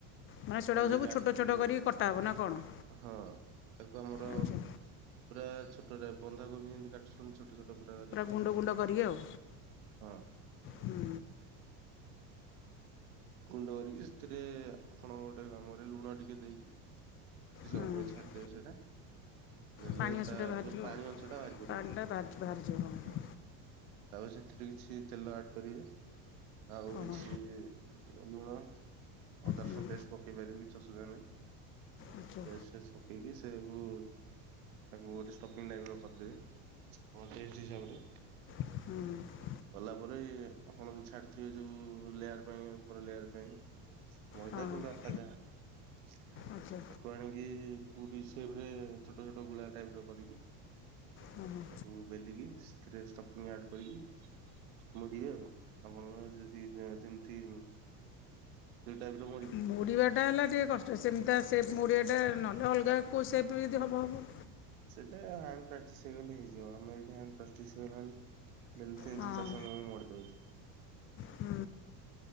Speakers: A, on the left; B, on the right.
A: ମାନେ ସେଟାକୁ
B: ପନିର
A: ସବୁ
B: ଆଡ
A: ଛୋଟ
B: କରିପାରିବେ
A: ଛୋଟ କରିକି
B: ଆଉ
A: କଟା ହେବ ନା କଣ?
B: ହଁ ତାକୁ ଆମର
A: ଆଚ୍ଛା
B: ପୁରା ଛୋଟଟା। ବନ୍ଧାକୋବି ଯେମିତି କାଟୁଛନ୍ତି ଛୋଟ ଛୋଟ ଛୋଟ ପୁରା
A: ଗୁଣ୍ଡ ଗୁଣ୍ଡ କରିକି ଆଉ
B: <unintelligible>
A: ହୁଁ
B: <unintelligible> ସେଥିରେ <unintelligible> ଲୁଣ ଟିକେ ଦେଇକି କିଛି ସମୟ
A: ହଁ
B: ପାଇଁ ଛାଡିଦବ ସେଇଟା। ହେଲେ
A: ପାଣି ଅଂଶଟା
B: ତାର
A: ବାହାରିଯିବ
B: ଯୋଉ ପାଣି
A: ଆଉ
B: ଅଂଶଟା ବାହାରି ପଡିବ।
A: ପାଣିଟା ବାହାରି ବାହାରିଯିବ ହଁ
B: ତା ପରେ ସେଥିରେ କିଛି ତେଲ ଆଡ୍ କରିବେ, ଆଉ କିଛି
A: ହଁ
B: ଲୁଣ ଅଦା
A: ହଁ ହୁଁ
B: ରସୁଣ ପେଷ୍ଟ୍ ପକେଇ ପାରିବେ କିଛି ଅସୁବିଧା ନାହିଁ।
A: ଆଚ୍ଛା
B: ପିଆଜ ଫିଆଜ ପକେଇ କି ସବୁ ତାକୁ ଗୋଟ ଷ୍ଟପିଙ୍ଗ୍ ଟାଇପ୍ର କରି ଦେବେ।
A: ହୁଁ।
B: କଲା ପରେ ଆପଣ ଯୋଉ ଛାଡିଥିବେ ଯୋଉ ଲେୟାର ପାଇଁ ଉପର ଲେୟାର ପାଇଁ ମଇଦା
A: ହଁ ହଁ
B: କିମ୍ବା ଅଟା ଯାହା
A: ଆଚ୍ଛା
B: ତାକୁ ଆଣିକି ପୁରି ସେପ୍ରେ ଛୋଟ ଛୋଟ ଗୁଳା ଟାଇପ୍ର କରିକି
A: ହଁ ହଁ
B: ତାକୁ ବେଲିକି ସେଥିରେ ଷ୍ଟଫିଙ୍ଗ ଆଡ଼୍ କରିକି ମୋଡ଼ିବେ ଆଉ। ଆପଣଙ୍କ <unintelligible> ସେଇ ଟାଇପ୍ର
A: ମୋଡ଼ିବାଟା ହେଲା ଟିକେ କଷ୍ଟ ସେମିତି ସେପ୍ ମୋଡ଼ିବାଟା ନହେଲେ ଅଲଗା କେଉଁ ସେପ୍ ରେ ଯଦି ହବ ହବ।
B: ସେଇଟା ହ୍ୟାଣ୍ଡ ପ୍ରାକ୍ଟିସ୍ ହେଇଗଲେ ହେଇଯିବ ଆମର ଏଠି ହ୍ୟାଣ୍ଡ ପ୍ରାକ୍ଟିସ୍ ହେଇଗଲାଣି। ଡେଲି ତିନି
A: ହଁ
B: ଶହ ଚାରିଶହ ମୁଁ ମୋଡ଼ି ଦଉଛି।
A: ହୁଁ।